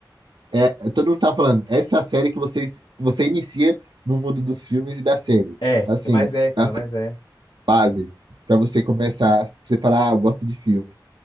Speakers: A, on the right; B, on the left.
A: É, todo mundo tá falando, essa é a série que vocês, você inicia no mundo dos filmes e da série.
B: É,
A: Assim,
B: mas é, cara,
A: a série
B: mas é.
A: base pra você começar, pra você falar, ah, eu gosto de filme.